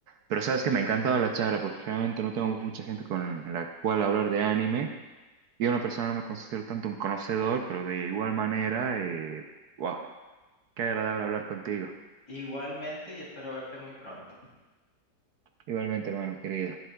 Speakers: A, on the right (about 70°); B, on the left (about 65°).
A: Pero sabes que me encantaba la charla porque realmente no tengo mucha gente con la cual hablar de anime. Yo en lo personal no me considero tanto un conocedor, pero de igual manera, eh, wow, qué agradable hablar contigo.
B: Igualmente y espero verte muy pronto.
A: Igualmente, hermano querido.